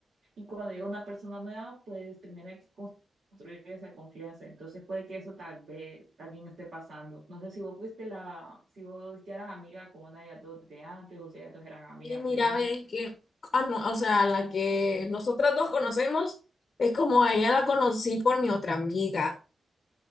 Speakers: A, on the right; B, on the left.
A: Y cuando llega una persona nueva, pues primero hay que construir esa confianza. Entonces puede que eso tal vez también esté pasando. No sé si vos fuiste la, si vos ya eras amiga con una de las dos de antes o si ellas dos eran amigas
B: Y mira,
A: primero.
B: ves que, ah, no, o sea, la que nosotras dos conocemos es como a ella la conocí por mi otra amiga,